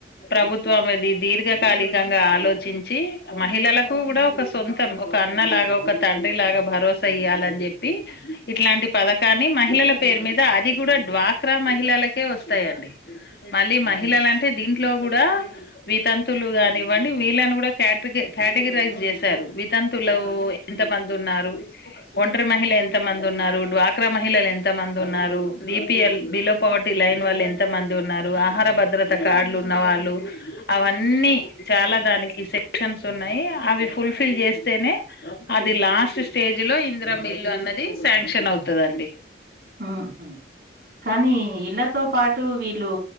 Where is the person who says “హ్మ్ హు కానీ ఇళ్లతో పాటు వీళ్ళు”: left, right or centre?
Right